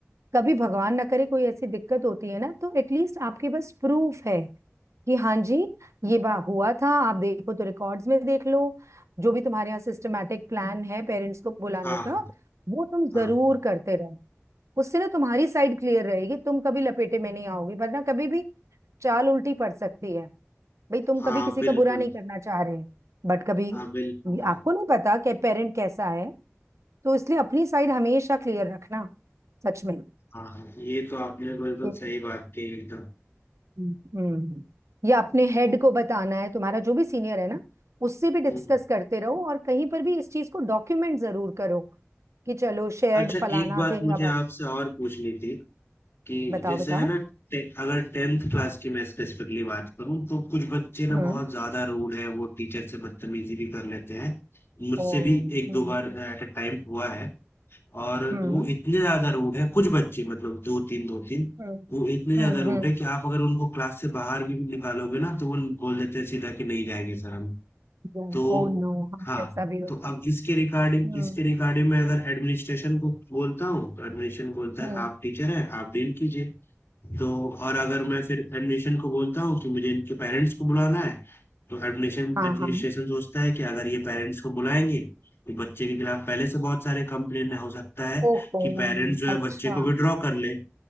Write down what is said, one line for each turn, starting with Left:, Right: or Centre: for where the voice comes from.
Right: कभी भगवान ना करे कोई ऐसी दिक्कत होती है ना तो एटलीस्ट आपके पास प्रूफ है कि हाँ जी ये बा हुआ था आप देखो तो रिकॉर्ड्स में देख लो जो भी तुम्हारे यहाँ सिस्टमेटिक प्लान है पेरेंट्स को बुलाने
Left: हाँ
Right: का वो तुम जरूर
Left: हाँ
Right: करते रहो उससे ना तुम्हारी साइड क्लियर रहेगी तुम कभी लपेटे में नहीं आओगे वरना कभी भी चाल उल्टी पड़ सकती है भाई तुम कभी
Left: हाँ
Right: किसी
Left: बिल्कुल
Right: का बुरा नहीं करना चाह रहे बट कभी
Left: हाँ बिल्कुल
Right: आपको नहीं पता कि पेरेंट कैसा है तो इसलिए अपनी साइड हमेशा क्लियर रखना सच
Left: हाँ ये तो आपने बिल्कुल
Right: में
Left: सही बात कही एकदम
Right: हम्म या अपने हेड को बताना है तुम्हारा जो भी सीनियर है ना उससे भी डिस्कस
Left: हम्म।
Right: करते रहो और कहीं पर भी इस चीज को डॉक्यूमेंट जरूर करो कि चलो शेयर्ड
Left: अच्छा
Right: फलाना
Left: एक बात
Right: थिंग
Left: मुझे
Right: अब आप
Left: आपसे और पूछनी थी कि
Right: बताओ
Left: जैसे
Right: बताओ
Left: है ना टे, अगर टेंथ क्लास की मैं स्पेसिफिकली बात करूँ तो कुछ बच्चे ना
Right: हम्म
Left: बहुत ज्यादा रूड है वो टीचर से बदतमीजी भी कर लेते हैं मुझसे
Right: ओ
Left: भी एक
Right: हम्म
Left: दो बार एट अ टाइम हुआ है और
Right: हम्म
Left: वो इतने ज्यादा रूड है कुछ बच्चे मतलब दो तीन दो तीन
Right: हम्म
Left: वो इतने ज्यादा
Right: हम्म
Left: रूड है कि आप अगर उनको क्लास से बाहर भी निकालोगे ना तो वो बोल देते हैं सीधा कि नहीं जाएंगे सर हम
Right: हम्म
Left: तो
Right: ओ नो हाँ
Left: हाँ
Right: ऐसा भी होता
Left: तो अब इसके रिगार्डिंग
Right: है हम्म
Left: इसके रिगार्डिंग मैं अगर एडमिनिस्ट्रेशन को बोलता हूँ तो एडमिनिस्ट्रेशन बोलता
Right: हम्म
Left: है आप टीचर हैं आप डील कीजिए तो और अगर मैं फिर एडमिशन को बोलता हूँ कि मुझे इनके पेरेंट्स को बुलाना है तो एडमिशन
Right: हाँ
Left: एडमिनिस्ट्रेशन
Right: हाँ
Left: सोचता है कि अगर ये पेरेंट्स को बुलाएंगे तो बच्चे के खिलाफ पहले से बहुत सारे कंप्लेन हो सकता है
Right: ओहो
Left: कि पेरेंट्स जो है
Right: अच्छा
Left: बच्चे को विड्रॉ कर ले